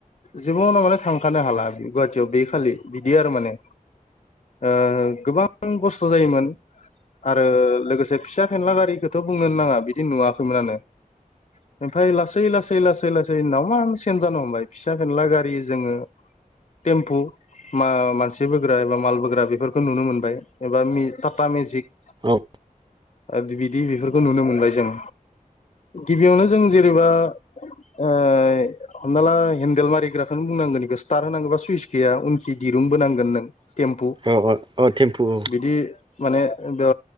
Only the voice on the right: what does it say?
औ
अ अ थेम्फु औ